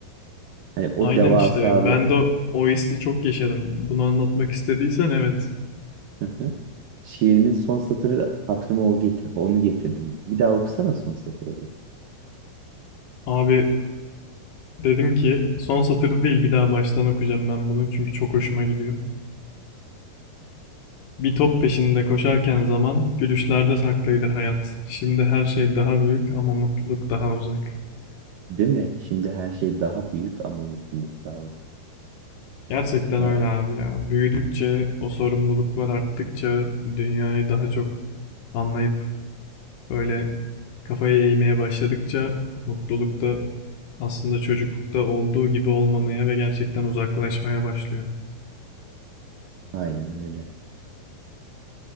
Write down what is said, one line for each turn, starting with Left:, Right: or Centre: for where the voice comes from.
Right: Hani o
Left: Aynen
Right: devasalık.
Left: işte ben de o o hissi çok yaşadım. Bunu anlatmak istediysen evet.
Right: Hı hı. Şiirimin son satırı hatırıma o getir, onu getirdim. Bir daha okusana son satırı. bir.
Left: Abi dedim ki son satırı değil bir daha baştan okuyacağım ben bunu çünkü çok hoşuma gidiyor. Bir top peşinde koşarken zaman gülüşlerde saklıydı hayat. Şimdi her şey daha büyük ama mutluluk daha uzak.
Right: Değil mi? Şimdi her şey daha büyük ama mutluluk daha az.
Left: Gerçekten
Right: Vay,
Left: öyle abi ya. Büyüdükçe, o sorumluluklar arttıkça dünyayı daha çok anlayıp Böyle kafayı eğmeye başladıkça mutluluk da aslında çocuklukta olduğu gibi olmamaya ve gerçekten uzaklaşmaya başlıyor.
Right: aynen öyle.